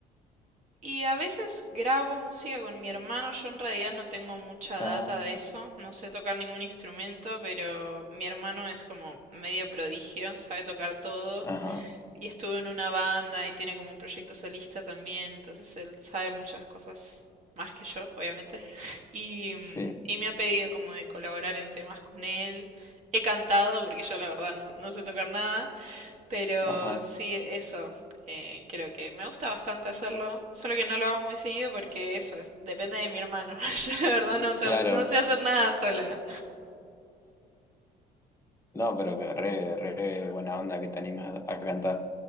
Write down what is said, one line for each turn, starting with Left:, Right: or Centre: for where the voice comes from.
Right: y a veces grabo música con mi hermano. Yo en realidad no tengo mucha data
Left: Ah,
Right: de eso. No sé tocar ningún instrumento, pero mi hermano es como medio prodigio, sabe tocar todo.
Left: ajá,
Right: y estuvo en una banda y tiene como un proyecto solista también, entonces él sabe muchas cosas más que yo, obviamente. <laughs> Y, mm,
Left: sí,
Right: y me ha pedido como de colaborar en temas con él. He cantado, porque yo la verdad no, no sé tocar nada, pero
Left: ajá,
Right: sí, eso. eh, creo que me gusta bastante hacerlo, solo que no lo hago muy seguido porque eso es, depende de mi hermano. <laughs> Yo la verdad no, hacer-
Left: claro.
Right: no sé hacer nada sola.
Left: No, pero que re, re buena onda que te animas a cantar.